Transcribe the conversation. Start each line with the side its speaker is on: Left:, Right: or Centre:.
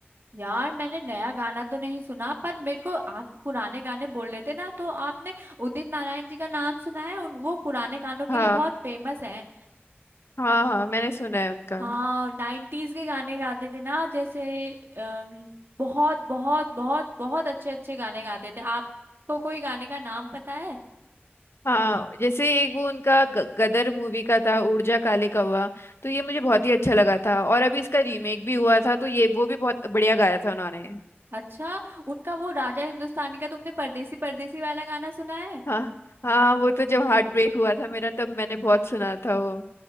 Right: यार मैंने नया गाना तो नहीं सुना पर मेरे को आप पुराने गाने बोल रहे थे ना तो आपने उदित नारायण जी का नाम सुना है उन वो पुराने गानों के
Left: हाँ
Right: लिए बहुत फेमस है
Left: हाँ हाँ मैंने सुना है उनका
Right: हाँ नाइन्टीज के गाने गाते थे ना जैसे अम, बहुत बहुत बहुत बहुत अच्छे अच्छे गाने गाते थे आपको कोई गाने का नाम पता है
Left: हाँ जैसे एक वो उनका ग- गदर मूवी का था उड़ जा काले कौवा तो ये मुझे बहुत ही अच्छा लगा था और अभी इसका रीमेक भी हुआ था तो ये वो भी बहुत बढ़िया गाया था उन्होंने
Right: अच्छा उनका वो राजा हिंदुस्तानी का तुमने परदेसी परदेसी वाला गाना सुना है
Left: हाँ हाँ वो तो जब हार्ट ब्रेक हुआ था मेरा तब मैंने बहुत सुना था वो